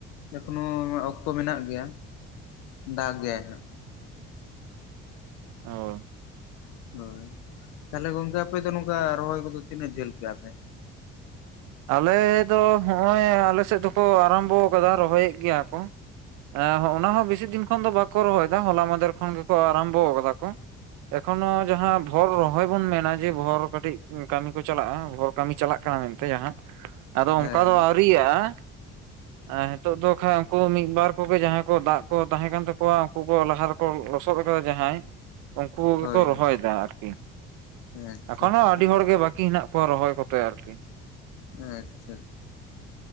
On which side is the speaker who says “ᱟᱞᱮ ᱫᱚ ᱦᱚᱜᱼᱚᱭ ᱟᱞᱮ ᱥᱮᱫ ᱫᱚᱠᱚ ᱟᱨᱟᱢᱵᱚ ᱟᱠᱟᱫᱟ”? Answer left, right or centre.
Right